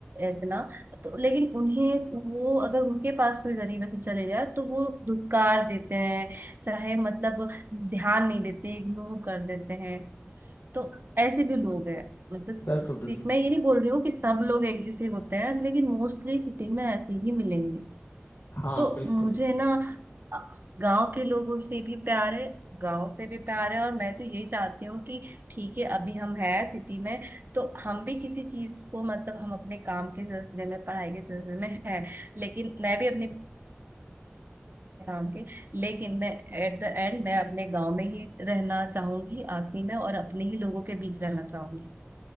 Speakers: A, on the right; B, on the left.
A: इतना तो लेकिन उन्हें वो अगर उनके पास कोई गरीब ऐसे चले जाए तो वो धुतकार देते हैं चाहे मतलब ध्यान नहीं देते इग्नोर कर देते हैं तो ऐसे भी लोग हैं मतलब
B: बिल्कुल
A: सिटी
B: बिल्कुल
A: मैं ये नहीं बोल रही हूँ कि सब लोग एक जैसे होते हैं लेकिन मोस्टली सिटी में ऐसे ही मिलेंगे
B: हाँ
A: तो
B: बिल्कुल
A: मुझे ना गांव के लोगों से भी प्यार है गांव से भी प्यार है और मैं तो यही चाहती हूँ कि ठीक है अभी हम है सिटी में तो हम भी किसी चीज को मतलब हम अपने काम के सिलसिले में पढ़ाई के सिलसिले में है लेकिन मैं भी अपने काम के लेकिन मैं एट द एंड मैं अपने गांव में ही रहना चाहूंगी आखिरी में और अपने ही लोगों के बीच रहना चाहूंगी